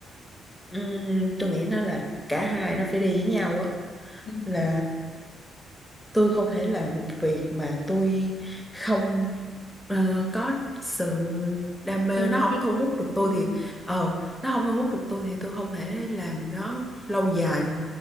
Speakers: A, in the centre; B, on the left.
A: Ừm, tôi nghĩ nó là cả hai nó phải đi với nhau á
B: Ừ,
A: là tôi không thể làm một việc mà tôi không ờ, có sự đam mê
B: yêu
A: nó không
B: thích.
A: thu hút được tôi
B: Ừ.
A: thì ờ nó không thu hút được tôi thì tôi không thể làm nó lâu dài được